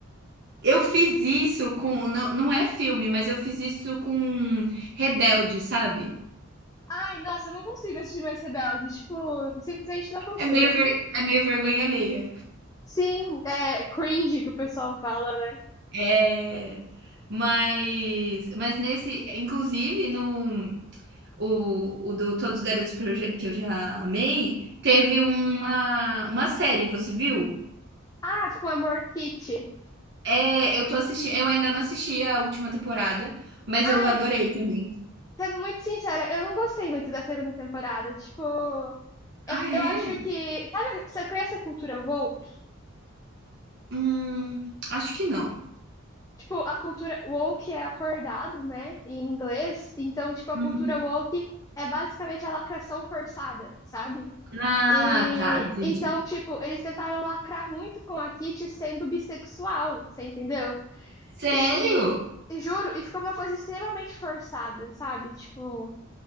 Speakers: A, on the right; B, on the left.
A: Eu fiz isso com, não, não é filme, mas eu fiz isso com Rebelde, sabe?
B: Ai, nossa, eu não consigo assistir mais Rebelde, tipo, simplesmente não consigo.
A: É meio, ver- é meio vergonha alheia.
B: Sim, é cringe que o pessoal fala, né?
A: É, mas mas nesse inclusive no o o do Todos os Garotos que eu já que eu já amei, teve uma uma série, você viu?
B: Ah, com Amor Kit.
A: É, eu tô assistindo eu ainda não assisti a última temporada, mas
B: Ai,
A: eu adorei também.
B: sendo muito sincera, eu não gostei muito da segunda temporada, tipo, eu,
A: Ah, é?
B: eu acho que, sabe, você conhece a cultura woke?
A: Hum, acho que não.
B: Tipo, a cultura woke é acordado, né, em inglês. Então, tipo, a
A: Uhum.
B: cultura woke é basicamente a lacração forçada, sabe?
A: Ah,
B: E
A: tá, entendi.
B: então, tipo, eles tentaram lacrar muito com a Kitty sendo bissexual, você entendeu?
A: Sério?
B: E e juro, e ficou uma coisa extremamente forçada, sabe? Tipo,